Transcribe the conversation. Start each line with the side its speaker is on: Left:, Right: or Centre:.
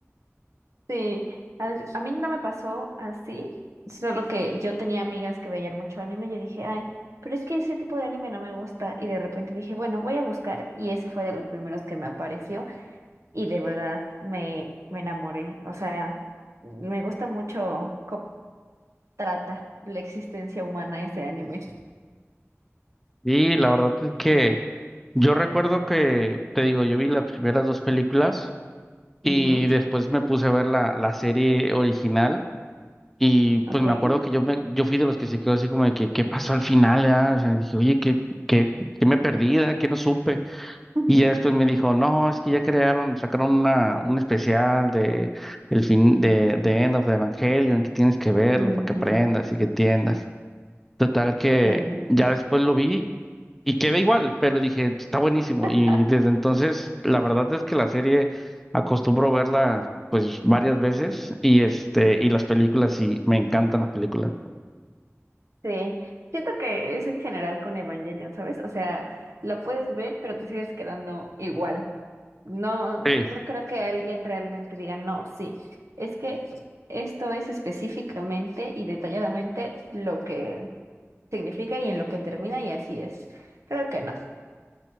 Right: sí. A, a mí no me pasó así, solo que yo tenía amigas que veían mucho anime y yo dije, ay, pero es que ese tipo de anime no me gusta. Y de repente dije, bueno, voy a buscar y ese fue de los primeros que me apareció y de verdad me, me enamoré. O sea, me gusta mucho trata la existencia humana ese anime.
Centre: Y la verdad es que yo recuerdo que, te digo, yo vi las primeras dos películas y
Right: Ujú.
Centre: después me puse a ver la, la serie original. Y pues
Right: Ok.
Centre: me acuerdo que yo me, yo fui de los que se quedó así como de que, ¿qué pasó al final? ah? O sea, dije, oye, ¿qué, qué, qué me perdí? ah? ¿Qué no supe?
Right: <laughs>
Centre: Y ya después me dijo, no, es que ya crearon, sacaron una, un especial de el fin de, de End of Evangelion, que tienes que verlo
Right: Ujú,
Centre: para que aprendas y que entiendas. Total que
Right: Sí.
Centre: ya después lo vi y quedé igual, pero dije, está buenísimo.
Right: <laughs>
Centre: Y desde entonces, la verdad es que la serie acostumbro verla pues varias veces y este, y las películas sí, me encantan las películas.
Right: Sí. Siento que es en general con Evangelion, ¿sabes? O sea, lo puedes ver, pero te sigues quedando igual. No,
Centre: Sí.
Right: no creo que alguien realmente diga, no, sí. Es que esto es específicamente y detalladamente lo que significa y en lo que termina y así es. Creo que no.